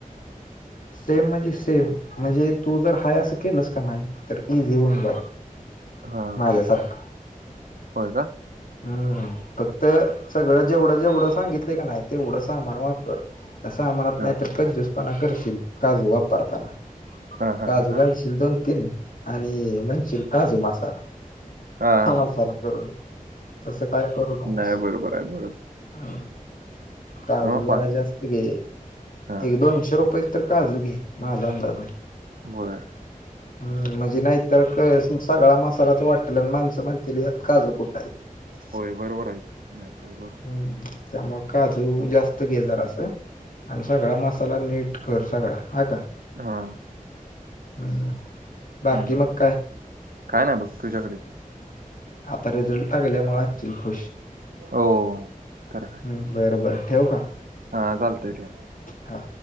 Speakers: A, on the left; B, on the right.
A: सेम म्हणजे सेम म्हणजे तू जर हाय असं केलस का नाही. तर इझी होऊन जाईल,
B: हा
A: माझ्यासारखं.
B: होय का
A: हम्म. फक्त, सगळं जेवढं जेवढं सांगितलं का नाही तेवढं समान वापर. त्या सामानात
B: हा
A: नाही तर
B: हा
A: क्जूसपणा करशील काजू वापरताना.
B: हा हा
A: काजू
B: हा
A: घालशील दोन तीन, आणि म्हणशील काजू मसाला.
B: हा
A: मासाला करून, तसं काय करू नकोस.
B: नाही बरोबर आहे बरोबर
A: हा, काजू
B: मग
A: जरा
B: पा
A: जास्त घे,
B: हा
A: एक दोनशे रुपय तर काजू घे माझा अंदाज हाय.
B: बरं.
A: हम् म्हणजे नाही तर क सगळा मसालाच वाटल अन् माणसं म्हण तील यात काजू कुठ आहे,
B: होय बरोबर आहे नाही तर बरोबर
A: हम्. त्यामुळे काजू जास्त घे जरास, आणि सगळा मसाला नीट कर सगळा हा का?
B: हा.
A: हम्, बाकी
B: हम्म
A: मग काय?
B: काय नाय बघ तुझ्याकडे?
A: आता रिझल्ट लागल्यामुळ आचील खुश.
B: हो, खर का?
A: हम्म बर बर ठेऊ का?
B: हा चालतय ठेव.
A: हा.